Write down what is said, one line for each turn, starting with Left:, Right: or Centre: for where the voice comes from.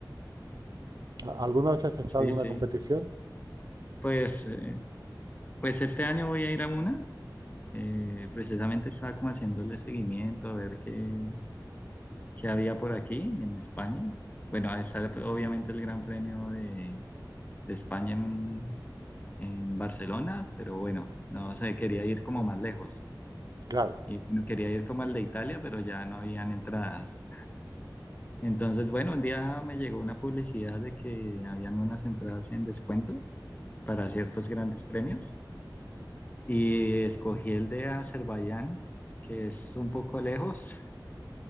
Right: ¿A- ¿Alguna vez has estado
Left: sí,
Right: en una
Left: sí.
Right: competición?
Left: Pues, eh, pues este año voy a ir a una. Eh, precisamente estaba como haciéndole seguimiento a ver qué, que había por aquí en España. Bueno, ahí está obviamente el Gran Premio de, de España en, en Barcelona, pero bueno, no sé, quería ir como más lejos.
Right: Claro.
Left: Y quería ir como al de Italia, pero ya no habían entradas. Entonces, bueno, un día me llegó una publicidad de que habían unas entradas en descuento para ciertos grandes premios y escogí el de Azerbaiyán, que es un poco lejos,